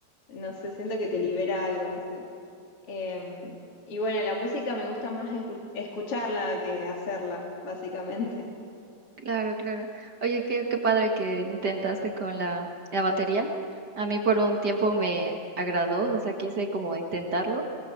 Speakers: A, on the left; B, on the right.
A: no sé, siento que te libera algo así. Eh, y bueno, la música me gusta más escu- escucharla que hacerla, básicamente.
B: Claro, claro. Oye, qué, qué padre que intentaste con la, la batería. A mí por un tiempo me agradó, o sea, quise como intentarlo,